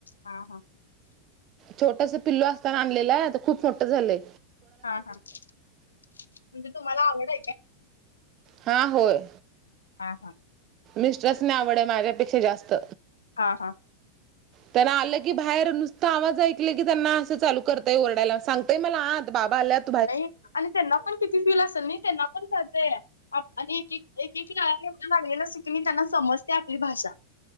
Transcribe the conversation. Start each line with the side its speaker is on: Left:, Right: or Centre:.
Left: हा हा
Right: छोटस पिल्लू असताना आणलेलं आहे तर खूप मोठ झालं
Left: हा हा म्हणजे तुम्हाला आवड आहे का
Right: हा होय
Left: हा हा
Right: मिस्टरस नाही आवड माझ्यापेक्षा जास्त
Left: हा हा
Right: त्यांना आलं की बाहेर नुसतं आवाज ऐकले की त्यांना असं चालू करता येय ओडायला सांगताय मला आत बाबा आल्यात
Left: नाही आणि त्यांना पण किती फील असेल नाही त्यांना पण करतेय आणि एक एक एक एकला लागलेलं की मी त्यांना समजते आपली भाषा